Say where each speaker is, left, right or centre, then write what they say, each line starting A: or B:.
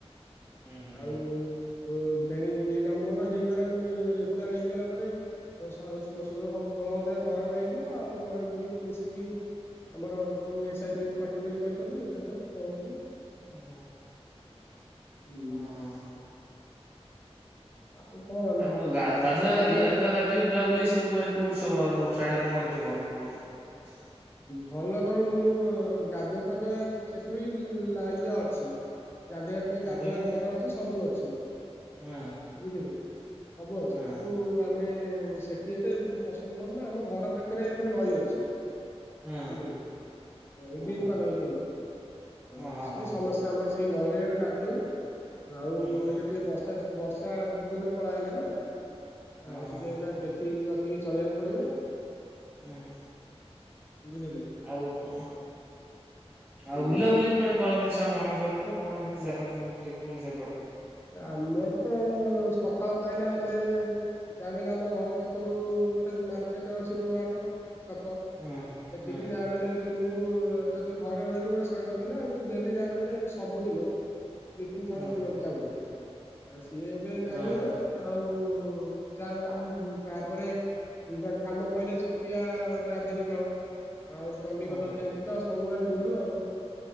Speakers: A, on the right; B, on the left.
A: ହୁଁ ହୁଁ
B: ଆଉ ଉ ଫେଣି ନା ମୋର ହେଇଗଲାଣି ରେଗୁଲାର ହେଇଗଲା ପରେ ଶ ଶଶ <unintelligible> ଷୋହଳ ହଜାର ଦରମା ହେଇଯିବ ଆଉ ଇଏ <unintelligible> ଆମର ଯୋଉ ଏସ୍ ଆଇ ପି କଟିବ ବୋଲି କହିଛନ୍ତି ଦେଖା ଯାଉ କଣ ହହୁଛି
A: ହୁଁ
B: ହୁଁ
A: ହଁ।
B: ଆଉ କଣ
A: ଆ ମୁ ଗାୁଆ ଗାଧି
B: କାମ
A: ଗାଧଆଧି ବୁଲାବୁଲି ସବୁ କୁଆଡେ କୋଠି ସବୁ ଆଉ ତମର ସେଆଡେ଼ କଣ କେତେ ଭଲ କଣ ଅଛି
B: ଭଲ କଣ ମୁଁ ଗାଧୁଆ ପାଧୁଆ ସେଠି ବି ଇଏ ଅଛି ଗାଧୋଇବା ପାଇଁ
A: କଣ
B: ଗାଧୁଆ
A: କହିଲେ
B: ଘର ଅଛି ସବୁ ଅଛି
A: ହଁ
B: ବୁଝିଲେ ସବୁ ଅଛି
A: ହଁ
B: କିନ୍ତୁ ଆମେ ସେ ଟିଏ ଏତେ ପସନ୍ଦ କରୁ ନା ଆମ ଘର ପାଖରେ ଆମର ନଈ ଅଛି
A: ହଁ
B: ବୁଝିଲେ ଏ
A: ହଁ
B: ବି ରୂପା ନଈଁ କୁହନ୍ତି ହଉ
A: ଓ ହଁ
B: ସେ
A: ହଁ ହଁ
B: ସମସ୍ତେ ଆମର ସେଇ ନଈରେ ଗା ଗାଧଉ ଆଉ
A: ହୁଁ
B: ଏଇଟା ଟିକେ ବର୍ଷା ବର୍ଷା ଦିନ ପଳ ହେଲା ନା
A: ହଁ
B: ଆଉ
A: ହଁ
B: ଟିକେ
A: ହଁ
B: ଏନା ଦେଖିକି ରଖିକି ଚଳେଇିବାକୁ ପଡିବ
A: ହୁଁ
B: ବୁଝିଲେ
A: ଆଉ ହଁ
B: ହୁଁ।
A: ଆଉ ବୁଲାବୁଲି କୁଆଡେ କରନ୍ତି ସାଙ୍ଗମାନଙ୍କ ସହିତ କଣ ଏମିତି ଜାଗାତି କୁହନ୍ତି ସେପଟେ
B: ଏ ଆମର ତ ସକାଳ ପାହିଲେ ଆମେ ଯାହାବି ହେଲେ ଆମ ଘର ପାଖରୁ ଗୋଟେ ମାର୍କେଟ ଅଛି ନୂଆ ହାଟ ଛକ ସେତିକି
A: ହୁଁ ହୁଁ
B: ଯାହା ବେଲେ ଦିନିକ୍ କୁ ଅ ଯଦି ଘରେ ରହିଲୁ ଗୋଟେ ସାଙ୍ଗ ଥିଲା ତେ ଡେଲି ଯାହା ବୋଇଲେ ସବୁଦିନ ବିପିନ ଥର
A: ହଁ
B: ଯିବାକୁ ଚାଉଛି। ଆ ସିଏ ଏବେ ନାହିଁ
A: ହଁ
B: ଏନା ଆଉ ତା ବା ଆମ ତାପରେ ଉଁ ତା କାମ ପହିଲେ ଛତିଆ ଯଭେଲେ ଯାଉ ଆଉ ଚଣ୍ଡିଖଲ
A: ହଁ
B: ଏମିତି ତ ସବୁ ଆଡେ ବୁଲୁ ଆଉ।